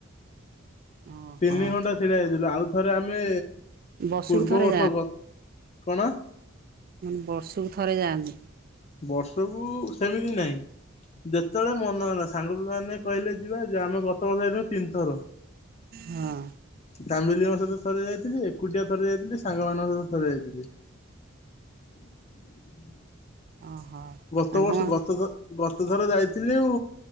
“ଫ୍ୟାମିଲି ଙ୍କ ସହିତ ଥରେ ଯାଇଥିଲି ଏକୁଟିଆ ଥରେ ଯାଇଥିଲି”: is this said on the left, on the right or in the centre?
Left